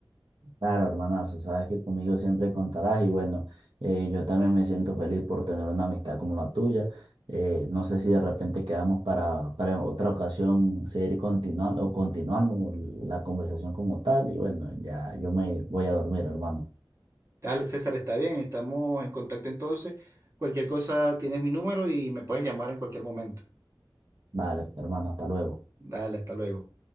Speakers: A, on the right; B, on the right.
A: Claro, hermanazo, sabes que conmigo siempre contarás y bueno, eh, yo también me siento feliz por tener una amistad como la tuya. Eh, no sé si de repente quedamos para, para en otra ocasión seguir continuando o continuando la conversación como tal y bueno, ya yo me voy a dormir, hermano.
B: Dale, César, está bien, estamos en contacto entonces. Cualquier cosa, tienes mi número y me puedes llamar en cualquier momento.
A: Vale, hermano, hasta luego.
B: Dale, hasta luego.